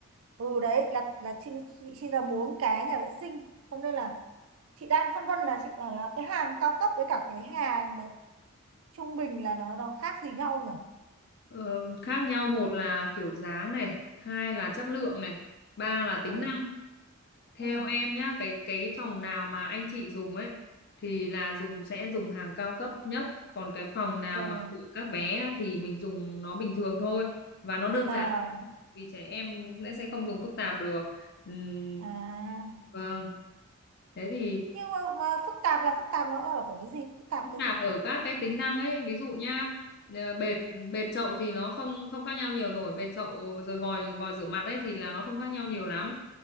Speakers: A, on the right (about 70°); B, on the left (about 50°).
A: ừ đấy là là chi, bị chia ra bốn cái nhà vệ sinh cho nên là chị đang phân vân là chị bảo là cái hàng cao cấp với cả cái hàng mà trung bình là nó nó khác gì nhau nhỉ
B: ờ, khác nhau một là kiểu dáng này, hai là chất lượng này, ba là tính
A: ừ
B: năng. Theo
A: ừ
B: em nhá, cái cái phòng nào mà anh chị dùng ấy thì là dùng sẽ dùng hàng cao cấp nhất, còn cái phòng nào
A: rồi
B: mà của các bé á, thì mình dùng nó bình thường thôi và nó đơn
A: à
B: giản vì trẻ em sẽ sẽ không dùng phức tạp được. Ừm,
A: à
B: vâng. Thế thì
A: nhưng mà, mà phức tạp là phức tạp nó ở cái gì phức tạp
B: phức
A: cái
B: tạp
A: gì
B: ở các cái tính năng ấy ví dụ nhá ờ, bệt bệt chậu thì nó không không khác nhau nhiều rồi bệt chậu rồi vòi vòi rửa mặt ấy thì là nó không khác nhau nhiều lắm